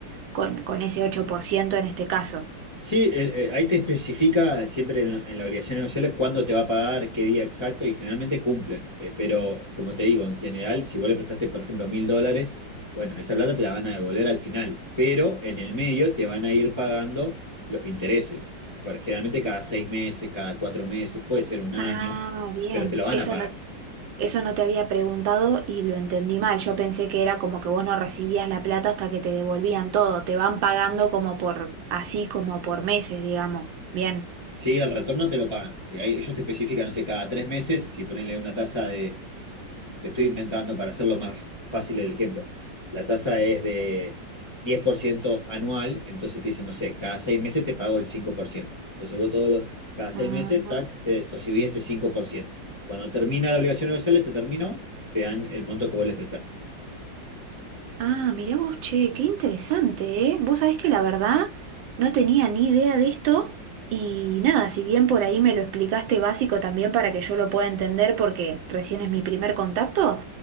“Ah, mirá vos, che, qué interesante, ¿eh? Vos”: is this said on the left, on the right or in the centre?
Right